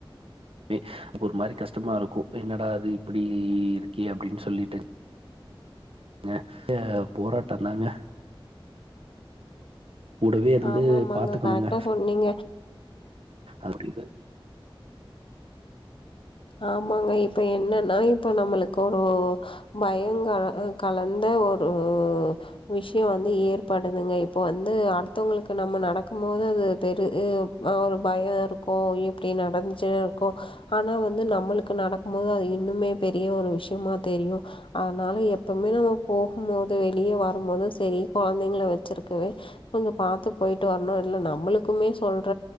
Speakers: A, on the right; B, on the left.
A: ரி ஒரு மாரி கஷ்டமாருக்கு என்னடா அது இப்படி இருக்கே அப்படின்னு சொல்லிட்டு ங்க நெறைய போராட்டம் தாங்க கூடவே இருந்து
B: ஆமாம் ஆமாங்க
A: பாத்துக்கணுங்க
B: கரெக்டாக சொன்னீங்க
A: அப்படிதா
B: ஆமாங்க இப்ப என்னன்னா இப்ப நம்மளுக்கு ஒரு பயம் க கலந்த ஒ ரு விஷயம் வந்து ஏற்படுதுங்க இப்போ வந்து அடுத்தவங்களுக்கு நம்ம நடக்கும் போது அது தெரு அ ஒரு பயம் இருக்கு எப்படி நடந்துச்சு இருக்கு ஆனா வந்து நம்மளுக்கு நடக்கும் போது அது இன்னுமே பெரிய ஒரு விஷயமா தெரியு அதனால எப்பவுமே நம்ம போகும் போது வெளியே வரும் போது சரி கொழந்தைங்கள வச்சிருக்கவே கொஞ்சம் பாத்து போயிட்டு வரணும் இல் நம்மளுக்குமே சொல்ற